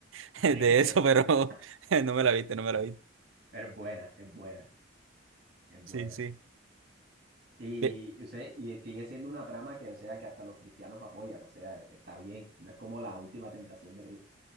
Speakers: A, on the right; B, on the right.
A: <laughs>
B: <laughs>
A: de eso, pero <laughs> no me la he visto, no me la he visto.
B: Pero es buena, es buena, es
A: Sí,
B: buena.
A: sí.
B: Y,
A: Ve-
B: o sea, y sigue siendo una trama que, o sea, que hasta los cristianos apoyan, o sea, está bien, no es como la última tentación de Cristo.